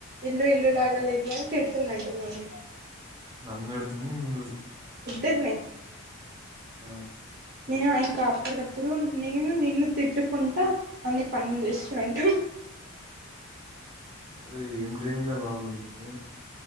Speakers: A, on the right; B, on the right.
A: ఇల్లు ఇల్లు లాగా లేదు అని తిడుతుందంట మీ మమ్మి
B: నన్ ఇడుతున్ <unintelligible>
A: ఇద్దర్ని
B: ఆ
A: నేను ఆ ఇంకా అప్పుడిదప్పుడు నేను నిన్ను తిట్టుకుంటా అన్ని పనుల్ చేస్సునంట
B: అరే ఏం డ్రీంలే బాబు నీకూ